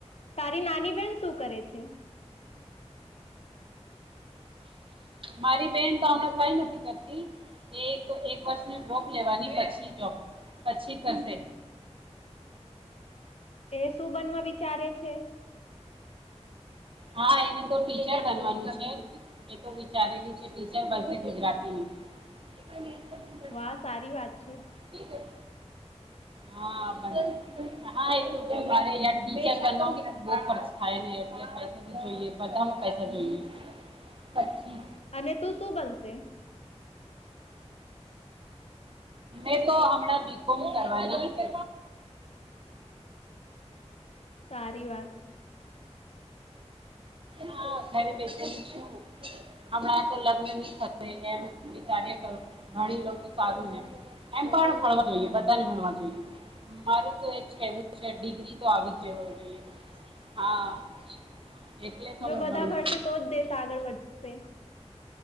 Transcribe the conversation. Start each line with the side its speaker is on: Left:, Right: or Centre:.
Left: તારી નાની બેેન શું કરે છે.
Right: મારી બેન તો હમણાં કઈ નથી કરતી. એક એક વર્ષની ડ્રોપ લેવાની પછી જોબ પછી કરશે.
Left: એ શું બનવા વિચારે છે.
Right: હા એને તો ટીચર બનવાનું છે. એ તો વિચારેલી છે ટીચર બનહે ગુજરાતીની- -
Left: વાહ સારી વાત છે.
Right: <inaudible> હા બ હા, એ મારેય બ ટીચર બનવામાં બહુ ખર્ચ થાય ને એટલે પૈસા જોઈએ બધા ન પૈસા જોઈએ પચી
Left: અને તું શું બનશે?
Right: એટલો હમણાં બી કોમ કર ના જણ કે
Left: સારી વાત
Right: હ ઘરે બેસેલું છું હમણાં તો લગ્ન બી થશે એમ વિચાર કર ભણી લઉ તો સારું ને એમ પણ ભણવા જોઈએ બધાને ભણવા જોઈએ. મારું તો એજ કેવું છે ડિગ્રી તો આવી જ જવ જોઈએ. હા, એટલે તો
Left: જો
Right: મેં
Left: બધા
Right: ભણું
Left: ભણશે તો દેશ આગળ વધશે.